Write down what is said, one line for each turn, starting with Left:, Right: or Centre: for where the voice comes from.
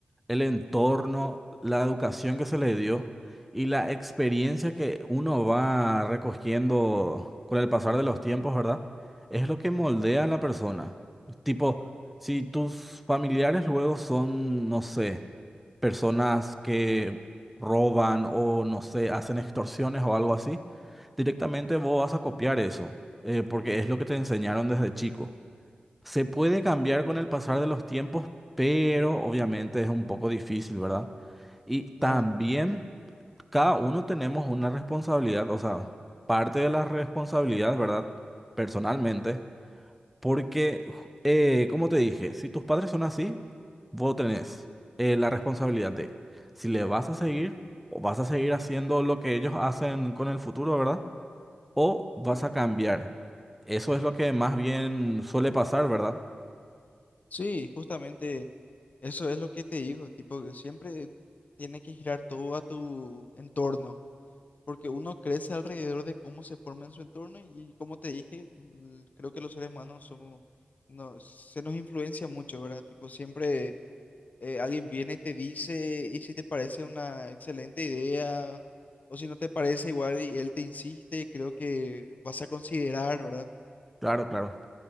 Centre: el entorno, la educación que se le dio y la experiencia que uno va recogiendo con el pasar de los tiempos, ¿verdad? Es lo que moldea a la persona. Tipo, si tus familiares luego son, no sé, personas que roban o no sé, hacen extorsiones o algo así, directamente vos vas a copiar eso, eh, porque es lo que te enseñaron desde chico. Se puede cambiar con el pasar de los tiempos, pero obviamente es un poco difícil, ¿verdad? Y
Left: Claro,
Centre: también cada uno tenemos una responsabilidad, o sea, parte de la responsabilidad, ¿verdad? Personalmente porque, ju- eh, como te dije, si tus padres son así, vos tenés eh, la responsabilidad de si le vas a seguir o vas a seguir haciendo lo que ellos hacen con el futuro, ¿verdad? O vas
Left: claro.
Centre: a cambiar. Eso es lo que más bien suele pasar, ¿verdad?
Left: Sí, justamente eso es lo que te digo, tipo, que siempre tiene que girar todo a tu entorno. porque uno crece alrededor de cómo se forma en su entorno y, y como te dije, l- creo que los seres humanos somos, no, se nos influencia mucho, ¿verdad? Tipo, siempre eh, alguien viene y te dice y si te parece una excelente idea o si no te parece igual y él te insiste, creo que vas a considerar, ¿verdad?
Centre: Claro, claro.